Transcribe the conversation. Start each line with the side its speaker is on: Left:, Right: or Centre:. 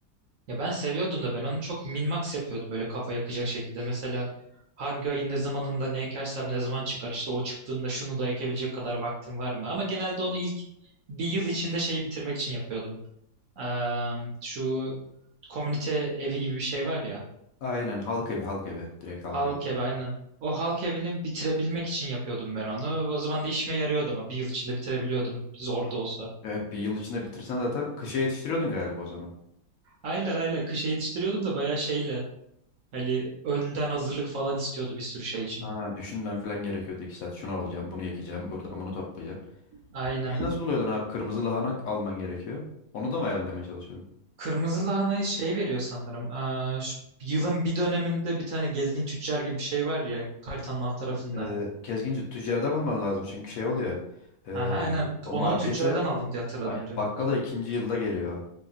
Right: Ya ben seviyordum da ben onu çok min-max yapıyordum böyle kafa yakacak şekilde. Mesela hangi ayın ne zamanında ne ekersem ne zaman çıkar işte o çıktığında şunu da ekebilecek kadar vaktim var mı? Ama genelde onu ilk bir yıl içinde şeyi bitirmek için yapıyordum. Eee, şu komünite evi gibi bir şey var ya.
Left: Aynen halk evi halk evi. Direkt halk
Right: Halk
Left: evi
Right: evi
Left: git.
Right: aynen. O halk evini bitirebilmek için yapıyordum ben onu. O zaman da işime yarıyordu ama bir yıl içinde bitirebiliyordum zor da olsa.
Left: Ee, bir yıl içinde bitirsen zaten kışa yetiştiriyordun galiba o zaman.
Right: Ayla ayla kışa yetiştiriyordum da bayağı şeyle. Hani önden hazırlık falan istiyordu bir sürü şey için.
Left: Ha, düşünmem falan gerekiyordu iki saat. Şunu alacağım, bunu ekeceğim, buradan bunu toplayacağım.
Right: Aynen.
Left: Şeyi nasıl buluyordun abi? Kırmızı lahana alman gerekiyor. Onu da mı ayarlamaya çalışıyordun?
Right: Kırmızı lahanayı şey veriyor sanırım. Aa, şu yılın bir döneminde bir tane gezgin tüccar gibi bir şey var ya haritanın alt tarafında.
Left: Ee, Kezgin c- tüccardan bulman lazım çünkü şey oluyor. Ee,
Right: Ha ha aynen
Left: o
Right: onu
Left: markete
Right: o tüccardan aldım diye hatırladım
Left: aynen
Right: diyorum.
Left: bakkala ikinci yılda geliyor.